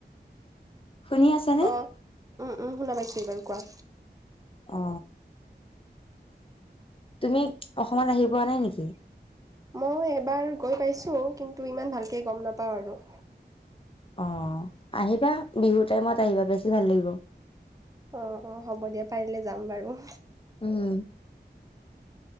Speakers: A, on the left (about 30°); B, on the right (about 20°).
A: শুনি আছা নে?
B: অ উম উম শুনা পাইছো এইবাৰ কোৱা
A: অ তুমি অসমত আহি পোৱা নাই নেকি?
B: মই এবাৰ গৈ পাইছো কিন্তু ইমান ভালকে গম নাপাওঁ আৰু।
A: অ আহিবা বিহু টাইমত আহিবা বেছি ভাল লাগিব।
B: অঁ হ'ব দিয়া পাৰিলে যাম বাৰু।
A: উম